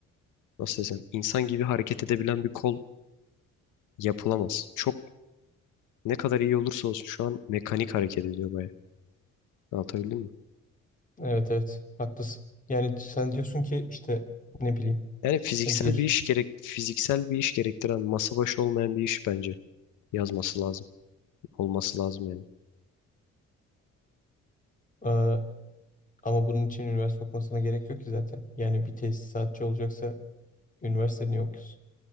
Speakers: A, on the left; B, on the left.
A: nasıl desem, insan gibi hareket edebilen bir kol yapılamaz. Çok ne kadar iyi olursa olsun şu an mekanik hareket ediyor baya. Anlatabildim mi?
B: Evet evet haklısın. Yani sen diyorsun ki işte ne bileyim
A: Yani fiziksel
B: bir
A: bir iş gerek, fiziksel bir iş gerektiren, masa başı olmayan bir iş bence yazması lazım. Olması lazım yani.
B: e, ama bunun için üniversite okumasına gerek yok ki zaten. Yani bir tesisatçı olacaksa üniversite niye okuyorsun?